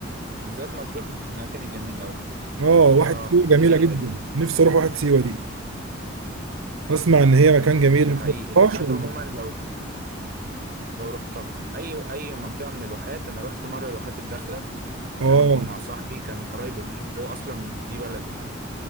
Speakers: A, on the right (about 45°); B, on the right (about 85°).
A: بالذات مطروح من الاماكن الجميله قوي
B: اه واحد
A: ياه
B: سيوه جميله
A: دي رايقه
B: جدا
A: دي
B: نفسي اروح واحد سيوه دي اسمع ان هي مكان جميل
A: ده
B: انت
A: حقيقي
B: ما بتروحهاش
A: الواحات
B: ولا
A: عموما لو لو رحتها اي اي منطقه من الواحات انا رحت مره الواحات الداخله
B: اه
A: كان مع صاحبي كان قرايبه هناك هو اصلا دي بلده يعني